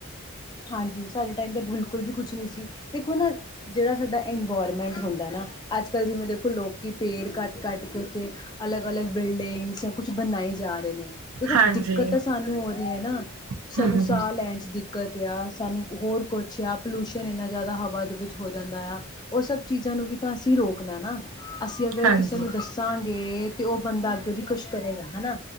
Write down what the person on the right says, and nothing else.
ਹਾਂਜੀ
ਹਮ
ਹਮ
ਹਮ
ਹਾਂਜੀ